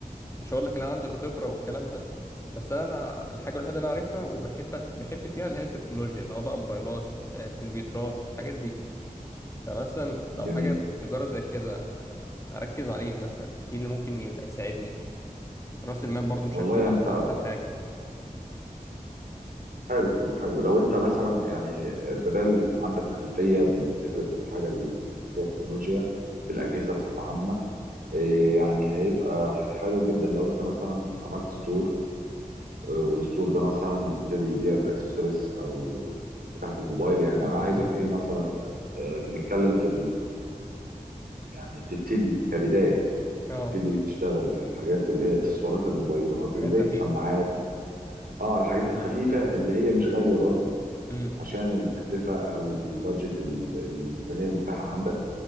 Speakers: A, on the left; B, on the right.
A: مش هقول لك ان انا عندي الخبره والكلام ده بس انا أنا الحاجه الوحيده اللي انا عارفها وبحب بحب فيها اللي هي التكنولوجيا اللي هو بقى موبايلات آه، كمبيوترات الحاجات دي فمثلا لو
B: جميل
A: حاجه تجاره زي كده آه، اركز عليه مثلا ايه اللي ممكن يبقى يساعدني راس المال برضو مش
B: والله
A: هيكون
B: يعني
A: أح-
B: انت
A: احسن حاجه
B: حلو حلو لو انت مثلا يعني بدل عندك خلفيه بالفكره الحاجه اللي فيها تكنولوجيا بالاجهزه بصفه عامه إيه يعني هيبقى حلو جدا لو انت مثلا عملت ستور آه، والستور ده مثلا يبتدي يبيع الاكسسوارز او بتاعه الموبايل يعني انا عايزك
A: مم.
B: ايه مثلا آه، بنتكلم في يعني تبتدي كبداية
A: اه
B: تبتدي تشتغل في الحاجات اللي هي اكسسوارات الموبايلات
A: حاجات
B: اللي زي السماعات
A: خفيفه
B: اه الحاجات الخفيفة اللي هي مش غالية برضو
A: امم
B: عشان التكلفة او البادجت ال- الميزانية المتاحة عندك